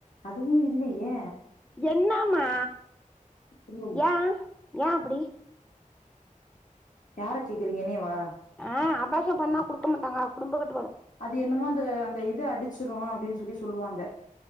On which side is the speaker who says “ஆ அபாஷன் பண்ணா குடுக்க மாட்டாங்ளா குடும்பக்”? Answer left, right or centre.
Centre